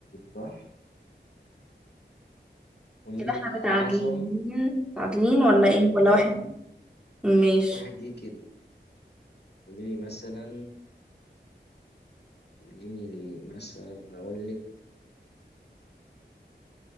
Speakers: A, on the left (about 60°); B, in the centre.
A: صح؟ قولي
B: كده
A: لي
B: احنا
A: أعظم
B: متعادلين متعادلين ولا
A: لا
B: ايه
A: أنت
B: ولا
A: كده
B: واحد
A: واحد
B: ماشي
A: واحد ليك كده قولي لي مثلا قولي لي مثلا اقول لك